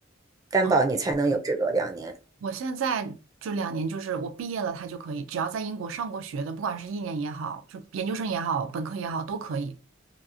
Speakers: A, on the right (about 20°); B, on the right (about 85°).
A: 担保你才能有这个两年？
B: 嗯。我现在就两年就是我毕业了，他就可以，只要在英国上过学的，不管是一年也好，就研究生也好，本科也好，都可以，